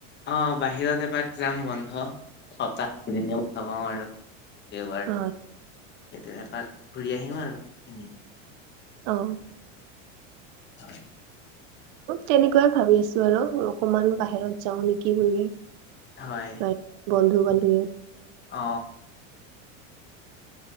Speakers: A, on the left; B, on the right.
A: অ বাহিৰত এপাক যাম বন্ধ সপ্তাহদ পাওঁ আৰু দেওবাৰটো
B: হয়
A: সতিয়পাক ঘূৰি আহিম আৰু এনে
B: অ
A: হয়
B: তেনেকুৱাই ভাবি আছো আৰু অকমান বাহিৰত যাও নেকি বুলি
A: হয়
B: বাৰু বন্ধু বান্ধী
A: অ